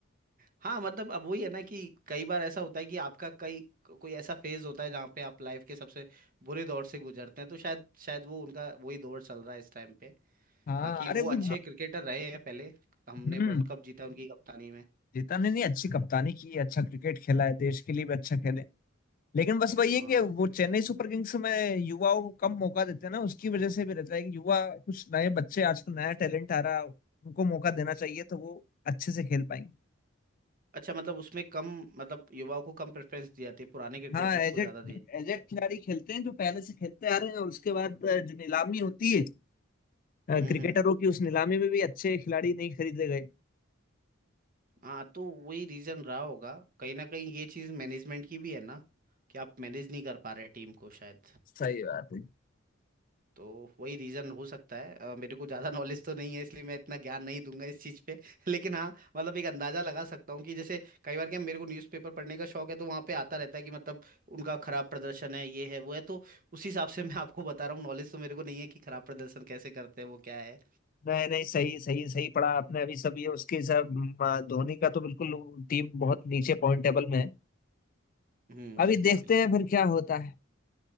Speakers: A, on the right (about 45°); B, on the left (about 45°).
A: हाँ मतलब अब वही है ना कि कई बार ऐसा होता है कि आपका कई कोई ऐसा फेज होता है जहाँ पे आप लाइफ के सबसे बुरे दौर से गुजरते हैं तो शायद शायद वो उनका वही दौर चल रहा है इस टाइम पे
B: हाँ
A: बाकी
B: अरे
A: वो अच्छे
B: वो
A: क्रिकेटर रहे हैं पहले हमने
B: हम्म
A: वर्ल्ड कप जीता उनकी कप्तानी में
B: जीता ने नहीं अच्छी कप्तानी की अच्छा क्रिकेट खेला है देश के लिए भी अच्छा खेले लेकिन बस वही है
A: हाँ
B: कि वो चेन्नई सुपर किंग्स में युवाओं को कम मौका देते हैं ना उसकी वजह से भी रहता है कि युवा कुछ नए बच्चे आजकल नया टैलेंट आ रहा है उनको मौका देना चाहिए तो वो अच्छे से खेल पाएंगे
A: अच्छा मतलब उसमें कम मतलब युवाओं को कम प्रेफरेंस दी जाती है पुराने क्रिकेटर्स
B: हाँ एजेड
A: को ज्यादा दी जाती
B: एजेड
A: है शायद
B: खिलाड़ी खेलते हैं जो पहले से खेलते आ रहे हैं और उसके बाद अ, जो नीलामी होती है अ,
A: हम्म
B: क्रिकेटरों
A: हम्म
B: की उस नीलामी में भी अच्छे खिलाड़ी नहीं खरीदे गए
A: हाँ तो वही रीजन रहा होगा कहीं ना कहीं ये चीज मैनेजमेंट की भी है ना कि आप मैनेज नहीं कर पा रहे टीम को शायद
B: सही बात है
A: तो वही रीजन हो सकता है अ, मेरे को ज्यादा नॉलेज तो नहीं है इसलिए मैं इतना ज्ञान नहीं दूंगा इस चीज पे <laughs> लेकिन हाँ मतलब एक अंदाजा लगा सकता हूँ कि जैसे कई बार क्या मेरे को न्यूज़पेपर पढ़ने का शौक है तो वहाँ पे आता रहता है कि मतलब उनका खराब प्रदर्शन है ये है वो है तो उस हिसाब से मैं आपको बता रहा हूँ नॉलेज तो मेरे को नहीं है कि खराब प्रदर्शन कैसे करते हैं वो क्या है
B: नहीं नहीं सही सही सही पढ़ा आपने अभी सब ये उसके सब म, धोनी का तो बिल्कुल टीम बहुत नीचे पॉइंट टेबल में है
A: हम्म
B: अभी
A: हम्म
B: देखते
A: बिल्कुल
B: हैं फिर क्या होता है